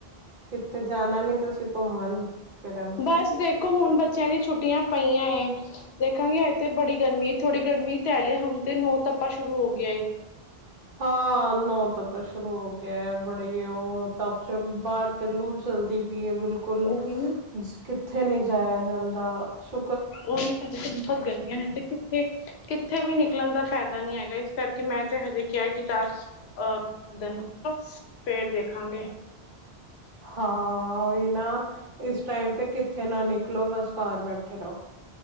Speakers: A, on the right; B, on the left.
A: ਕਿੱਥੇ ਜਾਣਾ ਨੀ? ਤੁਸੀਂ ਘੁੰਮਣ। ਫਿਰਨ
B: ਬਸ ਦੇਖੋ ਹੁਣ ਬੱਚਿਆਂ ਦੀ ਛੁੱਟੀਆਂ ਪਈਆਂ ਏ ਦੇਖਾਂਗੇ ਬੜੀ ਗਰਮੀ ਥੋੜੀ ਗਰਮੀ ਹਲੇ ਹੁਣ ਤੇ ਨੋ ਤਪਾ ਸ਼ੁਰੂ ਹੋ ਗਿਆ ਏ।
A: ਹਾਂ, ਨੋ ਤਪਾ ਸ਼ੁਰੂ ਹੋ ਗਿਆ। ਬੜੇ ਔ ਤਪ ਚ ਬਾਰ ਤੇ ਲੂ ਚਲਦੀ ਭੀ ਹੈ ਬਿਲਕੁਲ,
B: ਉਹੀ ਨਾ
A: ਕਿੱਥੇ ਨੀ ਜਾਇਆ ਜਾਂਦਾ ਸ਼
B: ਔਹੀ ਤਾਂ, ਹਜੇ ਤੇ ਬਹੁਤ ਗਰਮੀਆਂ ਹੈ ਤੇ ਕਿੱਥੇ, ਕਿੱਥੇ ਵੀ ਨਿਕਲਣ ਦਾ ਫਾਇਦਾ ਨਹੀਂ ਹੈਗਾ। ਇਸ ਕਰਕੇ ਮੈਂ ਤੇ ਹਜੇ ਕਿਹਾ ਕਿ ਦਸ ਅ ਦਿਨ ਰ ਫੇਰ ਦੇਖਾਂਗੇ।
A: ਹਾਂ, ਔਹੀ ਨਾ ਇਸ ਟਾਈਮ ਤੇ ਕਿੱਥੇ ਨਾ ਨਿਕਲੋ ਬਸ। ਘਰ ਬੈਠੇ ਰਹੋ।